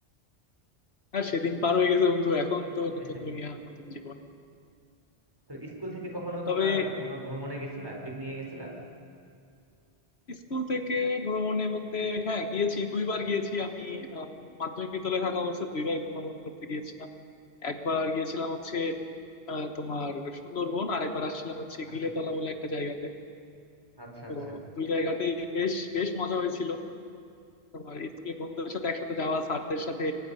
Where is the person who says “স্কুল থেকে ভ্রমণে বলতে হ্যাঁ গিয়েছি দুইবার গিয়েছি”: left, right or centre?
Left